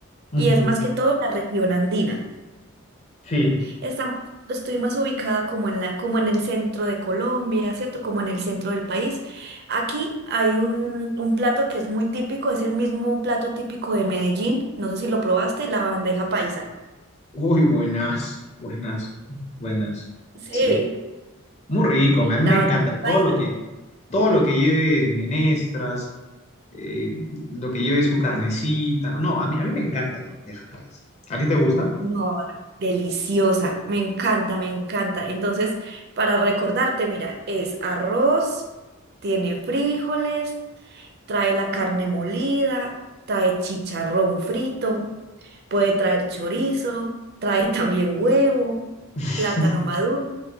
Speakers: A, on the left; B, on the right.
A: Ujú,
B: y es más que todo la región andina.
A: Sí,
B: Estamos, estoy más ubicada como en la, como en el centro de Colombia, ¿cierto? Como en el centro del país. Aquí hay un, un plato que es muy típico, es el mismo plato típico de Medellín. No sé si lo probaste, la bandeja paisa.
A: Uy, buenas, buenas, buenas.
B: Sí,
A: sí. Muy rico, a mí
B: la
A: me encanta
B: bandeja
A: todo
B: paisa.
A: lo que, todo lo que lleve menestras, eh, lo que lleve su carnecita. No, a mí, a mí me encanta la bandeja paisa. ¿A ti te gusta?
B: No, deliciosa. Me encanta, me encanta. Entonces, para recordarte, mira, es arroz, tiene frijoles, trae la carne molida, trae chicharrón frito. Puede traer chorizo, trae <laughs> también huevo,
A: <laughs>
B: plátano maduro,